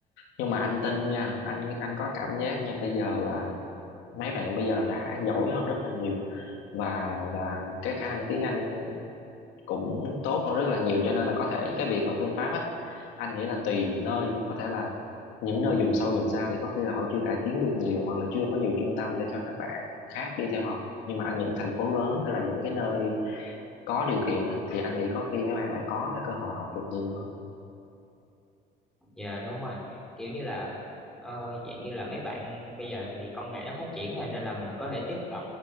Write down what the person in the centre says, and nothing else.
Dạ đúng rồi kiểu như là ờ, dạng như là mấy bạn bây giờ thì công nghệ nó phát triển rồi nên là mình có thể tiếp cận